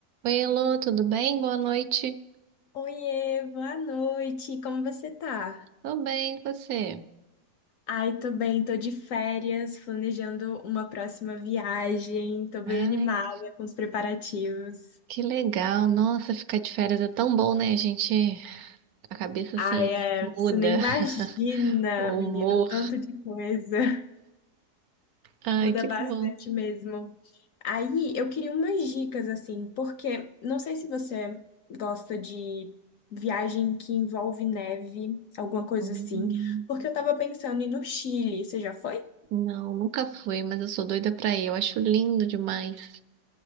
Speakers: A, on the right (about 70°); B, on the left (about 65°).
A: Oi, Elô, tudo bem? Boa noite.
B: Oiê, boa noite, como você tá?
A: Tô bem, e você?
B: Ai, tô bem, tô de férias, planejando uma próxima viagem, tô bem
A: Ai,
B: animada com os preparativos.
A: que legal. Nossa, ficar de férias é tão bom, né? gente, a cabeça
B: Ai,
A: assim
B: é,
A: muda,
B: você nem imagina,
A: <laughs> o
B: menino,
A: humor.
B: tanto de coisa. <laughs>
A: Ai,
B: Muda
A: que
B: bastante
A: bom.
B: mesmo. Aí, eu queria umas dicas, assim, porque não sei se você gosta de viagem que envolve neve, alguma coisa
A: Hum,
B: assim, porque eu tava pensando em ir no Chile, você já foi?
A: Não, nunca fui, mas eu sou doida pra ir. Eu acho lindo demais.